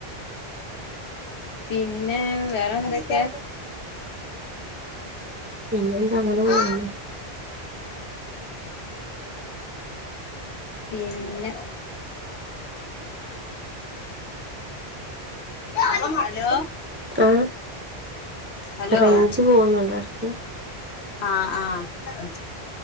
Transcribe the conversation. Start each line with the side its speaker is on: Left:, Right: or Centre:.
Left: പിന്നെ വേറെ എന്തൊക്കെ.
Right: പിന്നെന്താ അങ്ങനെ പോകുന്നു
Left: ആഹ് പിന്നെ <inaudible> ഹലോ
Right: ആ
Left: ഹലോ
Right: റേഞ്ച് പോകുന്നുണ്ടോ ഇടക്ക്
Left: ആഹ ആഹ